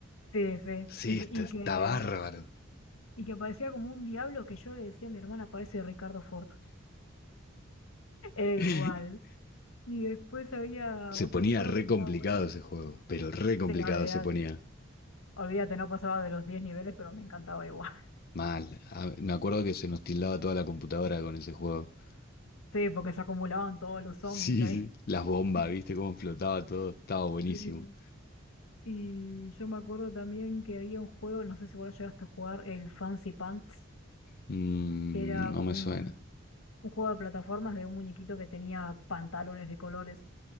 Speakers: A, on the left; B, on the left.
A: Sí, sí.
B: Sí,
A: Y, que,
B: está,
A: y
B: está
A: que
B: bárbaro.
A: y que parecía como un diablo que yo le decía a mi hermana, parece Ricardo Ford. <laughs> Era
B: <laughs>
A: igual. Y después había
B: Se
A: otro
B: ponía
A: juego
B: re
A: que estaba
B: complicado
A: bueno.
B: ese juego, pero re complicado
A: Sí, olvídate.
B: se ponía.
A: Olvídate, no pasaba de los 10 niveles, pero me encantaba igual.
B: Mal. Ah, Me acuerdo que se nos tildaba toda la computadora con ese juego. <laughs>
A: Sí, porque se acumulaban todos los zombies
B: Sí,
A: ahí.
B: sí, las bombas,
A: <laughs>
B: ¿viste cómo flotaba todo? Estaba buenísimo.
A: Mm. Y yo me acuerdo también que había un juego, no sé si vos lo llegaste a jugar, el Fancy Pants,
B: Mm,
A: que era
B: no
A: como
B: me
A: un,
B: suena.
A: un juego de plataformas de un muñequito que tenía pantalones de colores.